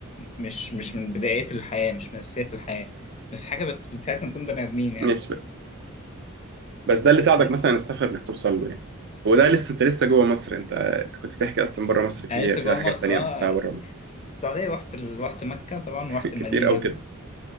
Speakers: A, on the left (about 30°); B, on the right (about 55°).
A: مش مش من بدايات الحياه مش من اساسيات الحياه بس حاجه بت- بتساعدنا نكون بني ادمين يعني
B: ماشي بقى بس ده اللي ساعدك
A: كمان
B: مثلا السفر إنك توصل له يعني وده لسه انت لسه جوه مصر انت انت كنت بتحكي اصلا بره مصر في
A: انا لسه
B: فيها
A: جوه
B: حاجات
A: مصر
B: تانية
A: اه
B: رحتها بره مصر
A: في السعوديه رحت ال- رحت مكه طبعا
B: <laughs>
A: رحت المدينه
B: كتير قوي كده